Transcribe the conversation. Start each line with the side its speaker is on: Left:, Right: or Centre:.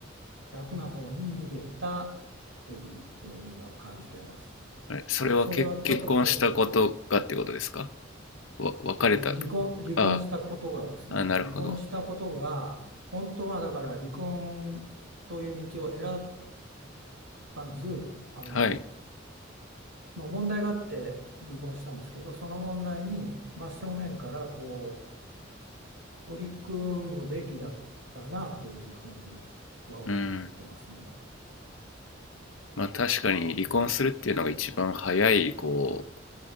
Right: 楽な方に逃げたっていうふうに今感じれます。
Left: えそれは結、
Right: だからそれはちょっと後悔、
Left: 結婚したことがってことですか
Right: はい。
Left: わ、別れた。
Right: えー離婚、離婚したことがですね、
Left: あーあ、あなるほど。
Right: 離婚したことが本当はだから離婚という道を選ばず、あの、
Left: はい、
Right: まあ、問題があって離婚したんですけど、その問題に真正面からこう取り組むべきだったなというふうには思ってますね。
Left: うん。まあ確かに離婚するっていうのが一番早い、こう、